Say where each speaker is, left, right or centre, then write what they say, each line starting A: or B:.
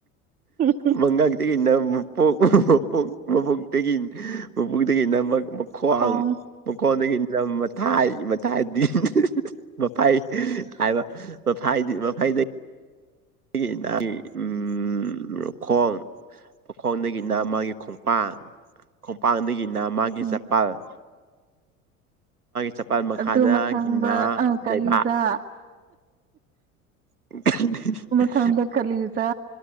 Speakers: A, on the right (about 20°); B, on the right (about 90°).
A: <unintelligible>
B: ꯃꯪꯉꯥꯡꯇ ꯃꯄꯣꯛ ꯃꯄꯣꯛꯇꯒꯤ ꯃꯕꯨꯨꯛꯗꯒꯤꯅ ꯃꯥꯈꯋ꯭ꯥꯡ
A: ꯈꯣꯡ
B: ꯃꯈꯥꯋꯥꯡꯗꯒꯤꯅ ꯃꯊꯥꯏ ꯃꯊꯥꯏꯗꯤ ꯃꯐꯥꯏ ꯍꯥꯏꯕ ꯃꯐꯥꯏꯗꯤ ꯃꯐꯥꯏꯗꯒꯤ ꯑꯗꯒꯤ ꯏ ꯎꯝ ꯃꯈꯣꯡ ꯃꯈꯣꯡꯗꯒꯤꯅ ꯃꯥꯒꯤ ꯈꯣꯡꯄꯥꯡ ꯈꯣꯡꯄꯥꯡꯗꯒꯤꯅꯝꯛ <unintelligible>
A: ꯎꯝ
B: ꯃꯥꯒꯤ ꯆꯄꯥꯜ ꯃꯈꯥ
A: ꯑꯗꯨ
B: ꯗꯒꯤꯅꯥ
A: ꯃꯊꯪꯗ ꯑ ꯀꯂꯤꯖꯥ
B: ꯂꯩꯕꯥꯛ <unintelligible>
A: ꯈꯪꯕ ꯀꯜꯂꯤꯗ